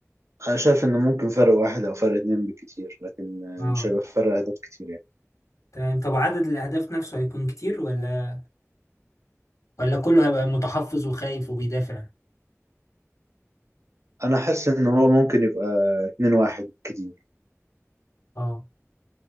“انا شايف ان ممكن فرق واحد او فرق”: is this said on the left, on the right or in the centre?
Right